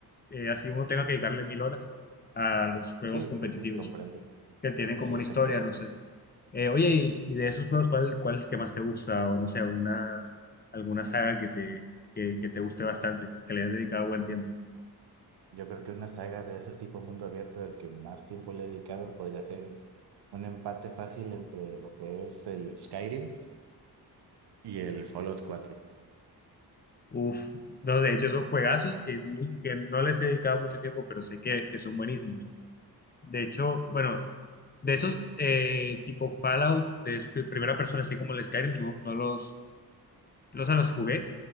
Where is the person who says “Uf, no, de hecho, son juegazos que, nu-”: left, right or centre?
Left